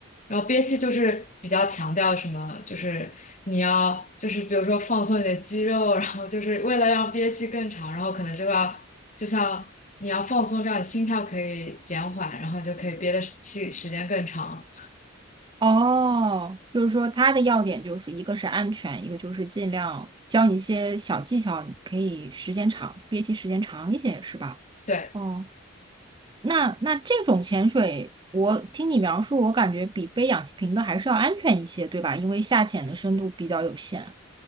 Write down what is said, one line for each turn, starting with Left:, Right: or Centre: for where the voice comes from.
Left: 然后憋气就是比较强调什么，就是你要就是比如说放松你的肌肉，然后就是为了让憋气更长，然后可能就要就像你要放松，这样你心跳可以减缓，然后就可以憋的气时间更长。
Right: 哦，就是说它的要点就是一个是安全，一个就是尽量教你一些小技巧，你可以时间长，憋气时间长一些，是吧？
Left: 对，
Right: 哦，那那这种潜水，我听你描述，我感觉比背氧气瓶的还是要安全一些，对吧？因为下潜的深度比较有限。